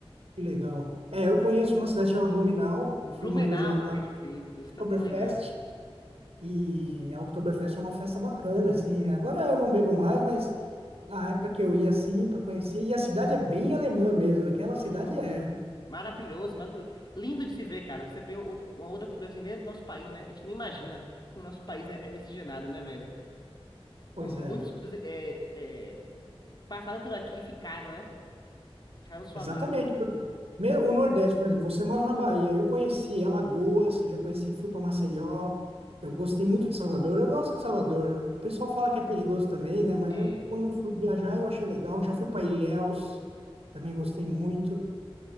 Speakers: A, on the right; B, on the left.
A: que legal. É, eu conheço uma cidade chamada Blumenau, eu fui
B: Blumenau,
A: uma vez lá na
B: perfeito. Estou
A: Oktoberfest,
B: tentando lembrar.
A: E a Oktoberfest é uma festa bacana, assim. Agora eu não bebo mais, mas a época que eu ia, assim, para conhecer. E a cidade é bem alemã mesmo, aquela
B: Uhum.
A: cidade é. viu?
B: Maravilhoso, maravilhoso. Lindo de se ver, cara. Você vê out- uma outra cultura assim dentro do nosso país, né? A gente nem imagina como o nosso país é, é miscigenado, né, velho?
A: Pois
B: Como
A: é,
B: muitas culturas é, é, passaram por aqui e ficaram, né? Deixaram sua
A: exatamente.
B: marca.
A: Por- Me- O Nordeste, por exemplo, você mora na Bahia. Eu conheci Alagoas, já conheci, fui para Maceió. Eu gostei muito de Salvador. Eu gosto de Salvador. Eu- O pessoal fala que é perigoso também, né? Mas
B: É,
A: eu, quando fui viajar, eu achei legal. Já fui para Ilhéus, também gostei muito.